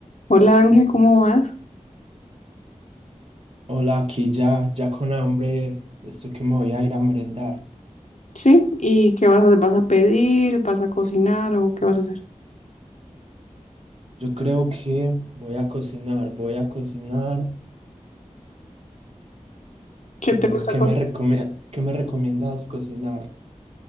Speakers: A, on the left; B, on the right.
A: Hola Ángel, ¿cómo vas?
B: Hola, aquí ya, ya con hambre, estoy que me voy a ir a merendar.
A: Sí, ¿y qué vas a hacer? ¿Vas a pedir? ¿Vas a cocinar o qué vas a hacer?
B: Yo creo que voy a cocinar, voy a cocinar.
A: ¿Qué
B: Mm,
A: te gusta?
B: ¿Qué
A: co-
B: me recome- qué me recomiendas cocinar?